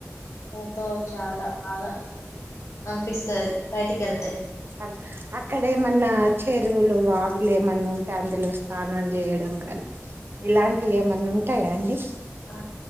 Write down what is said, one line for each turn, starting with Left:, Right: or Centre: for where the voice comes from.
Left: ఎంతో చాలా బాగా అనిపిస్తది బయటికి వెళ్తే
Right: అ సరే ఆక్కడ మన్న చెరువులు, వాగులు ఏమన్నా ఉంటాయి. అందులో స్నానం చేయడం కాని ఇలాంటివి ఏమన్నా ఉంటాయా అండి.
Left: ఆ